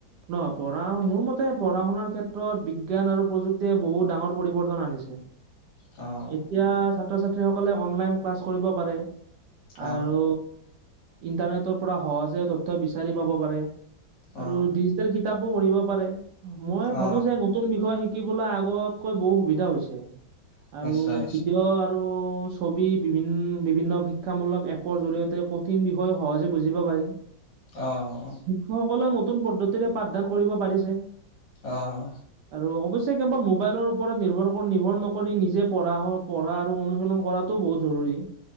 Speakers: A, on the right; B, on the left.
A: ন পঢ়া মোৰ মতে পঢ়া শুনাৰ ক্ষেত্ৰত বিজ্ঞান আৰু প্ৰযুক্তিয়ে বহুত ডাঙৰ পৰিৱৰ্তন আনিছে।
B: অ'।
A: এতিয়া ছাত্ৰ ছাত্ৰীসকলে অনলাইন ক্লাছ কৰিব পাৰে আৰু
B: অ
A: ইণ্টাৰনেটৰ পৰা সহজে তথ্য বিচাৰি পাব পাৰে
B: অ
A: আৰু ডিজিটেল কিতাপো পঢ়িব পাৰে মই
B: অ
A: ভাবো যে নতুন বিষয় শিকিবলৈ আগতকৈ বহুত সুবিধা হৈছে। আৰু
B: নিশ্চয় নিশ্চয়
A: ভিডিঅ' আৰু ছবি বি বিভিন্ন শিক্ষামূলক এপৰ জৰিয়তে কঠিন বিষয় সহজে বুজিব পাৰি।
B: অ'।
A: সকলোৱে নতুন পদ্ধতিৰে পাঠদান কৰিব পাৰিছে।
B: অহ।
A: আৰু অৱশ্যে কেৱল মোবাইলৰ ওপৰত নিৰ্ভৰ নিৰ্ভৰ নকৰি নিজে পঢ়া পঢ়া আৰু অনুশীলন কৰা তো বহুত জৰুৰী।